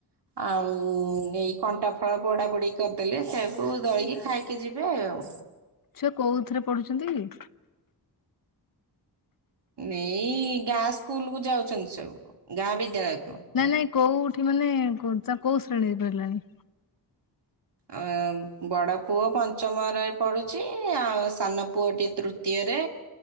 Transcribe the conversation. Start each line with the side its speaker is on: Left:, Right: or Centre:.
Right: ଆଉ ଏଇ କଣ୍ଟାଫଳ ପୋଡା ପୋଡି କର୍ ଦେଲେ ସେଇଆକୁ ଦଳିକି ଖାଇକି ଯିବେ ଆଉ।
Left: ସେ କୋଉ ଥିରେ ପଢୁଛନ୍ତି କି?
Right: ଏଇ ଗାଁ ସ୍କୁଲ୍ କୁ ଯାଉଚନ୍ତି ସବୁ ଗାଁ ବିଦ୍ୟାଳୟକୁ।
Left: ନାଇଁ ନାଇଁ କୋଉଠି ମାନେ <unintelligible> କୋଉ ଶ୍ରେଣୀ ପଢ଼ିଲାଣି?
Right: ଅ ବଡ଼ପୁଅ ପଞ୍ଚମରେ ରହି ପଢ଼ୁଚି ଆଉ ସାନପୁଅଟି ତୃତୀୟରେ।